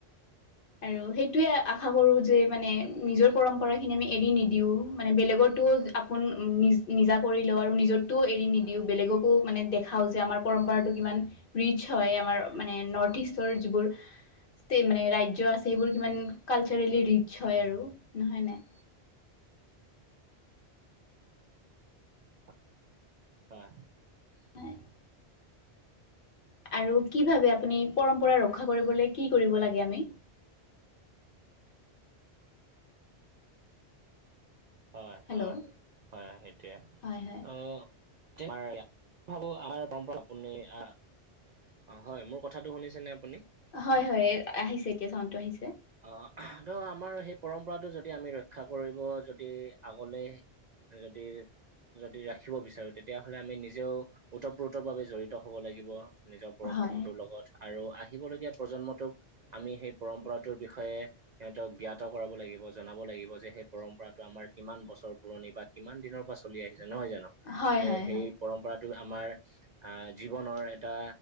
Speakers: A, on the left; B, on the right.
A: আৰু সেইটোৱে আশা কৰোঁ যে মানে নিজৰ পৰম্পৰাখিনি আমি এৰি নিদিওঁ মানে বেলেগৰতো আপোন নিজ নিজাক কৰি লওঁ আৰু নিজৰতোও এৰি নিদিওঁ বেলেগকো মানে দেখাওঁ যে আমাৰ পৰম্পৰাটো কিমান ৰিচ হয় আমাৰ মানে নৰ্থ ইষ্টৰ যিবোৰ টি মানে ৰাই- জ্য আছে সেইবোৰ কিমান কালচাৰেলি ৰিচ হয় আৰু হয় নাই
B: অ হয়
A: হয় আৰু কি ভাবে আপুনি পৰম্পৰা ৰক্ষা কৰিবলে কি কৰিব লাগে আমি
B: হয়
A: হেল্ল'
B: হয় হয় সেইটোৱে
A: হয় হয়
B: অহ তোমাৰো ইয়া ভাবো আৰ পৰম্পৰা আপুনি আ অ হয় মোৰ কথাটো শুনিছেনে আপুনি?
A: হয় হয় এ আহিছে এতিয়া চাউণ্ডটো আহিছে
B: অ ধৰ আমাৰ সেই পৰম্পৰাটো যদি আমি ৰক্ষা কৰিব যদি আগলে এ যদি যদি ৰাখিব বিচাৰো তেতিয়াহ'লে আমি নিজেও ওতঃপ্ৰোত ভাবে জড়িত হ'ব লাগিব। নিজৰ পৰম্পৰাটোৰ
A: হয়
B: লগত আৰু আহিবলগীয়া প্ৰজন্মটোক আমি সেই পৰম্পৰাটোৰ বিষয়ে সিহঁতক গ্যাত কৰাব লাগিব জনাব লাগিব যে সেই পৰম্পৰাটো আমাৰ কিমান বছৰ পুৰণি বা কিমান দিনৰ পৰা চলি আহিছে নহয় জানো।
A: হয়
B: যে
A: হয়
B: সেই
A: হয়
B: পৰম্পৰাটো আমাৰ আহ জীৱনৰ এটা